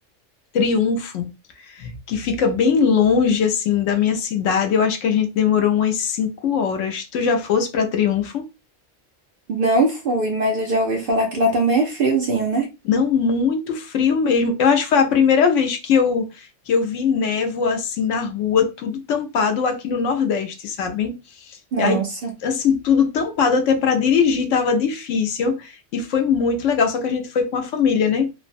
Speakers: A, on the left (about 75°); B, on the right (about 60°).
A: Triunfo, que fica bem longe, assim, da minha cidade. Eu acho que a gente demorou umas cinco horas. Tu já fosse para Triunfo?
B: Não fui, mas eu já ouvi falar que lá também é friozinho, né?
A: Não, muito frio mesmo. Eu acho que foi a primeira vez que eu, que eu vi névoa, assim, na rua, tudo tampado aqui no Nordeste, sabe?
B: Nossa,
A: E aí, assim, tudo tampado até para dirigir tava difícil. E foi muito legal. Só que a gente foi com a família, né?